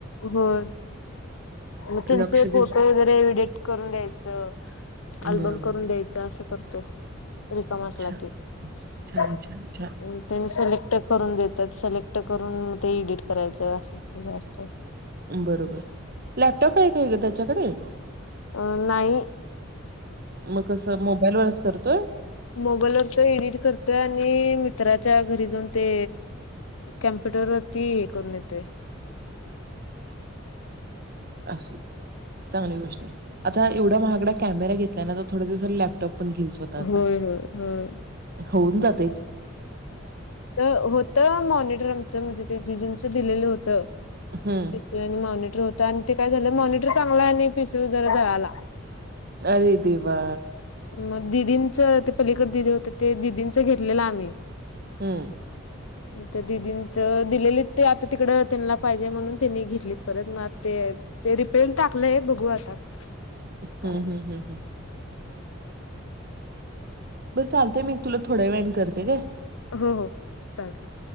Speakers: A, on the left; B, on the right.
A: हो <unintelligible> मग त्यांचे
B: लक्ष
A: फोटो
B: देऊन
A: वगैरे एडिट करून द्यायचं अल्बम
B: बरोबर
A: करून द्यायच असं करतो रिकम असला
B: छान
A: कि <unintelligible>
B: छान छान छान
A: करून देतात सिलेक्ट करून ते एडिट करायचं असेल ते जास्त
B: बरोबर लॅपटॉप आहे का त्याच्याकडे
A: अं नाही!
B: मग कसं मोबाईलवरच करतोय?
A: मोबाईलवर तर एडिट करतोय आणि मित्रां च्या घरी जाऊन ते कम्प्युटर वरती हे करून येतय.
B: असू चांगली गोष्ट हें. आता एवढा महागडा कॅमेरा घेतलाय ना तर थोड्या दिवसात लॅपटॉप पण घेईल स्वतःचा.
A: होय होय होय.
B: होऊन जातय.
A: होत होत मॉनिटर आमचं म्हणजे ते जिजुंचं दिलेलं होतं.
B: हं.
A: <unintelligible> हो आणि ते काय झालं मॉनटर चांगलं आहे नाही पिस जरा जळाला.
B: अरे देवा!
A: मग दिदींचं ते पलीकड दिदी होते ते दिदींच घेतलेलं आम्ही
B: हम्म.
A: तं दिदींच दिलेली ते आता तिकड त्यांना पाहिजे म्हणून तिने घेतलीत परत मग आता ते ते रिपेन टाकलंय बघू आता
B: <unintelligible>
A: काय
B: बस चालतेय मी तुला थोड्यावेळाने करते काय?
A: हो हो चालत.